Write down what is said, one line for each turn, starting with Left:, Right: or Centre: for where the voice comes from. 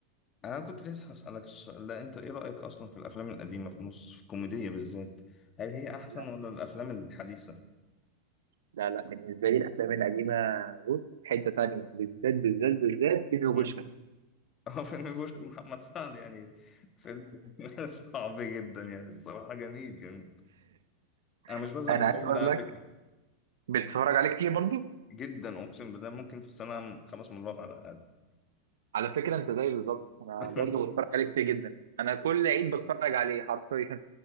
Left: انا كنت لسه هسألك السؤال ده انت ايه رأيك اصلا في الافلام القديمة في مصر في الكوميدية بالذات هل هي احسن
Right: لا
Left: ولا الافلام الحديثة
Right: لا لا بالنسبة لي الافلام القديمة بص حتة تانية بالذات بالذات بالذات فيلم وبوشكاش
Left: مم. <laughs> اه فيلم بوشك محمد سعد يعني فيلم <laughs> صعب جدا يعني الصراحة جميل جميل انا
Right: <laughs>
Left: مش بزهق
Right: انا
Left: من الفيلم
Right: عايز اقول
Left: ده على
Right: لك
Left: فكرة
Right: بتتفرج عليه كتير برضو؟
Left: جدا اقسم بالله ممكن في السنة خمس مرات على الاقل
Right: على فكرة انت زي بالظبط انا
Left: <laughs>
Right: برضه بتفرج عليه كتير جدا انا كل عيد بتفرج عليه حرفيا